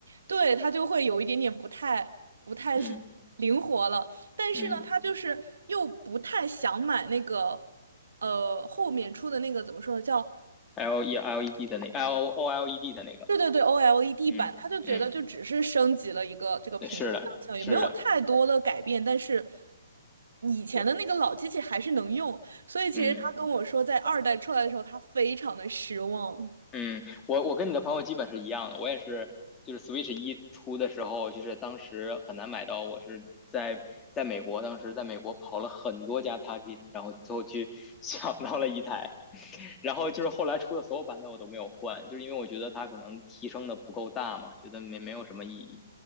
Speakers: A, on the right; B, on the left.
A: 对，它就会有一点点不太不太
B: 嗯
A: <laughs> 灵活了。但是呢，
B: 嗯
A: 他就是又不太想买那个呃后面出的那个怎么说呢，叫
B: ，L E L E D 的那 L O L E D 的那个，
A: 对对对，OLED
B: 嗯嗯，
A: 版，他就觉得就只是升级了一个这个屏幕大小，
B: 对，是的，是的，
A: 也没有太多的改变，但是以前的那个老机器还是能用，
B: 对，
A: 所以其实他跟我说，
B: 嗯。
A: 在二代出来的时候，他非常的失望。
B: 嗯，我我跟你的朋友基本是一样的，我也是，就是 Switch 一出的时候，就是当时很难买到，我是在在美国，当时在美国跑了很多家 Target，然后最后去 <laughs> 抢到了一台，<laughs> 然后就是后来出的所有版本我都没有换，就是因为我觉得它可能提升的不够大嘛，觉得没没有什么意义。